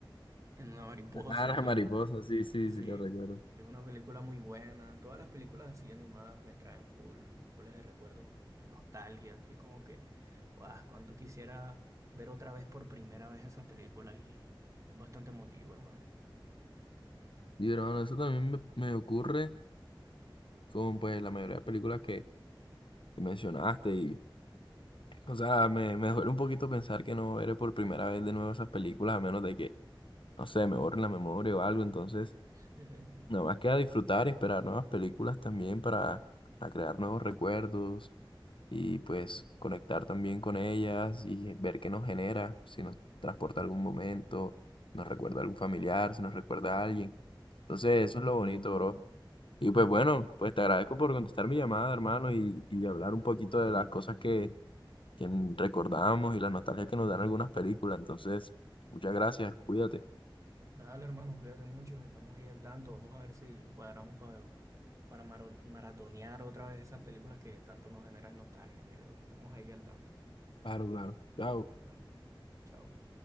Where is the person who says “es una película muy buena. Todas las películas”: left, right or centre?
Right